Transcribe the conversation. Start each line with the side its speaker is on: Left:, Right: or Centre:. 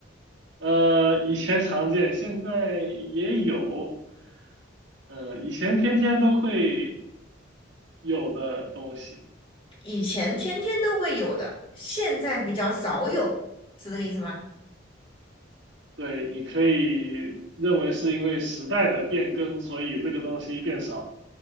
Right: 呃，以前常见，现在也有。嗯，以前天天都会有的东西。
Left: 以前天天都会有的，现在比较少有，是这个意思吗？
Right: 对，你可以认为是因为时代的变更，所以这个东西变少。